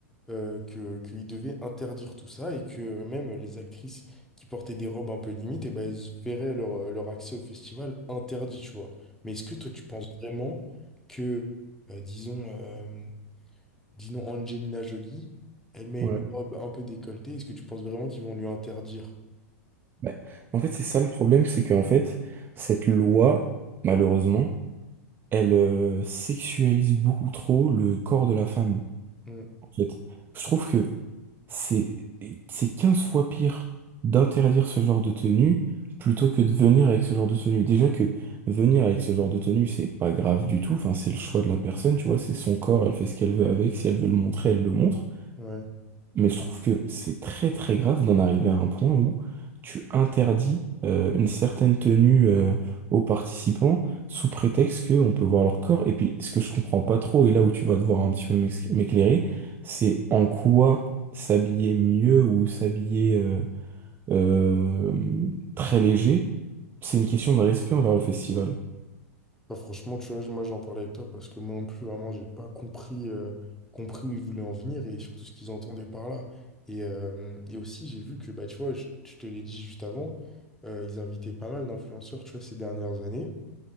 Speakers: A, in the centre; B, on the right.
A: euh, que, qu'il devait interdire tout ça et que même les actrices qui portaient des robes un peu limites, et ben, elles verraient leur, euh, leur accès au festival interdit, tu vois. Mais est-ce que toi, tu penses vraiment que, euh, disons, euh, disons Angelina Jolie, elle met
B: Ouais.
A: une robe un peu décolletée, est-ce que tu penses vraiment qu'ils vont lui interdire?
B: Bah, en fait, c'est ça le problème, c'est qu'en fait, cette loi, malheureusement, elle euh, sexualise beaucoup trop le corps de la femme,
A: Hmm,
B: en fait. Je trouve que C'est, c'est 15 fois pire d'interdire ce genre de tenue plutôt que de venir avec ce genre de tenue. Déjà que venir avec ce genre de tenue, c'est pas grave du tout. Enfin, c'est le choix de la personne, tu vois, c'est son corps, elle fait ce qu'elle veut avec. Si elle veut le montrer, elle le montre.
A: ouais.
B: Mais je trouve que c'est très très grave d'en arriver à un point où tu interdis euh, une certaine tenue euh, aux participants sous prétexte qu'on peut voir leur corps. Et puis ce que je comprends pas trop, et là où tu vas devoir un petit peu m'ex- m'éclairer, c'est en quoi s'habiller mieux ou s'habiller euh, euh, très léger, c'est une question de respect envers le festival.
A: Bah, franchement, tu vois, moi j'en parlais avec toi parce que moi non plus, vraiment, j'ai pas compris, euh, compris où ils voulaient en venir et surtout ce qu'ils entendaient par là. Et, euh, et aussi, j'ai vu que, bah, tu vois, je, je te l'ai dit juste avant, euh, ils invitaient pas mal d'influenceurs, tu vois, ces dernières années.